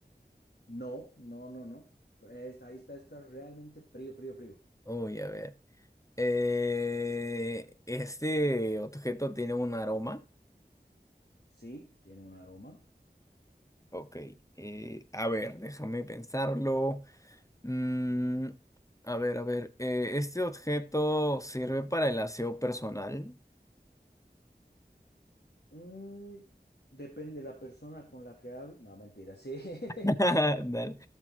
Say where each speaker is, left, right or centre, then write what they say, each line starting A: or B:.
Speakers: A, on the left; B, on the left.
A: No, no, no, no. Está, ahí está, está realmente frío, frío, frío.
B: Uy, a ver. Eh, ¿este objeto tiene un aroma?
A: Sí, tiene un aroma.
B: Ok. eh, a ver, déjame pensarlo. Mm, a ver, a ver. eh, ¿este objeto sirve para el aseo personal?
A: Mm, depende de la persona con la que hable. No, mentira, sí. <laughs>
B: <laughs> Dale.